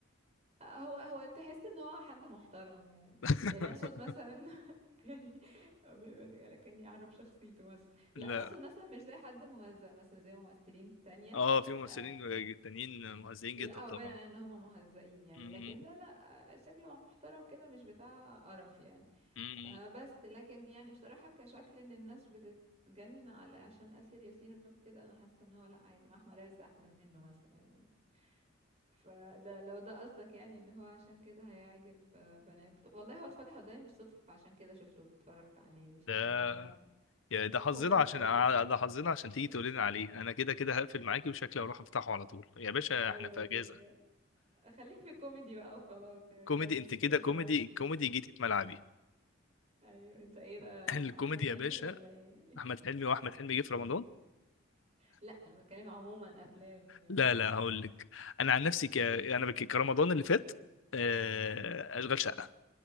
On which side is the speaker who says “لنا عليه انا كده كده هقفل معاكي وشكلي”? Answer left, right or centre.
Left